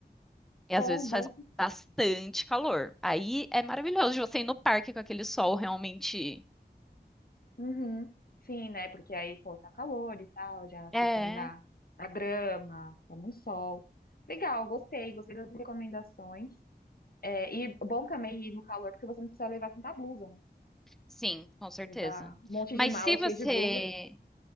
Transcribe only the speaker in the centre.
e às
vezes
faz bastante calor. Aí é maravilhoso de você ir no parque com aquele sol realmente.
É,
sim, com certeza.
Mas
se
você